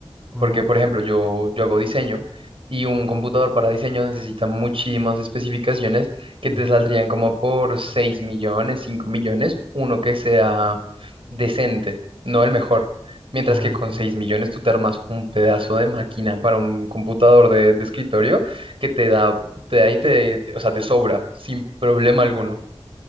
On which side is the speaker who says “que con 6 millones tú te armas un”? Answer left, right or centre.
Right